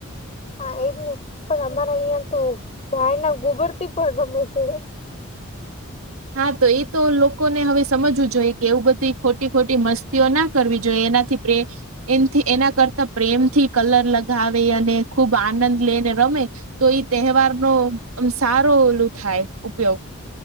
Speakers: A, on the left; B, on the right.
A: હા, એજ ને. પણ અમારા અહિયાં તો ગાય ના ગોબરથી પણ રમે છે.
B: હા, તો એ તો લોકોને હવે સમજવું જોઈએ કે એવું બધી ખોટી-ખોટી મસ્તીઓ ના કરવી જોઈએ. એનાથી પ. <unintelligible> એથી એના કરતા પ્રેમ થી કલર લગાવે અને ખૂબ આનંદ લઈને રમે. તો ઈ તહેવાર નો સારો ઓલું થાય ઉપયોગ.